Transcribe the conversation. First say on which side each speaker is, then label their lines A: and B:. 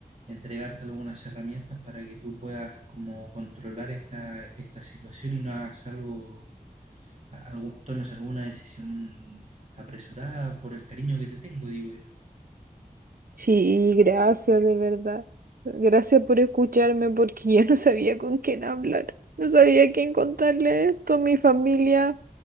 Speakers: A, on the right; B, on the right.
A: entregarte algunas herramientas para que tú puedas como controlar esta, esta situación y no hagas algo a- algo- tomes alguna decisión apresurada por el cariño que te tengo, digo yo.
B: Sí, gracias de verdad. Gracias por escucharme porque yo no sabía con quién hablar. No sabía a quién contarle esto. Mi familia